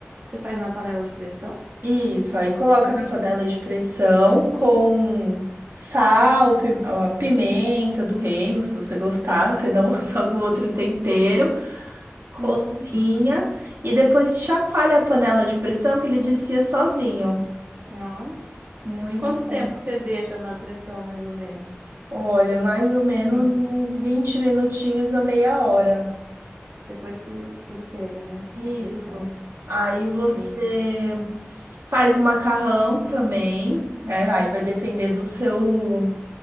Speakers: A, on the right (about 40°); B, on the right (about 70°).
A: Você faz na panela de pressão?
B: Isso, aí coloca
A: Ou-
B: na panela de pressão com sal, pi- a pimenta do reino, se você gostar, se não <laughs> usa algum outro tempero. Cozinha
A: Uhum.
B: e depois chacoalha a panela de pressão que ele desfia sozinho.
A: Olha.
B: Muito
A: Quanto
B: bom.
A: tempo que você deixa na pressão, mais ou menos?
B: Olha, mais ou menos
A: Pra-
B: uns 20 minutinhos a meia hora.
A: Depois que, que ele pega, né?
B: Isso.
A: A pressão.
B: Aí você
A: É.
B: faz o macarrão também, né? Aí vai depender do seu